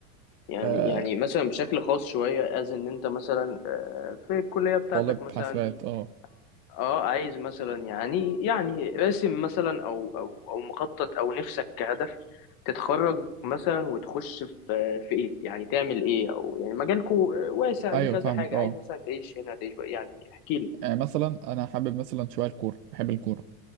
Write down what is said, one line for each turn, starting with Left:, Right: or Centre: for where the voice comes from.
Left: يعني
Right: آه
Left: يعني مثلا بشكل خاص شويه از ان انت مثلا آه، في الكليه بتاعتك
Right: طالب
Left: مثلا
Right: حاسبات أه
Left: اه عايز مثلا يعني يعني راسم مثلا او او او مخطط او نفسك كهدف تتخرج مثلا وتخش في في ايه يعني تعمل ايه او يعني مجالكو واسع
Right: أيوه
Left: ليه كذا
Right: فاهمك
Left: حاجه
Right: أه
Left: عايز مثلا تعيش هنا تعيش بقى يعني احكي لي
Right: يعني مثلا أنا حابب مثلا شوية الكورة بحب الكورة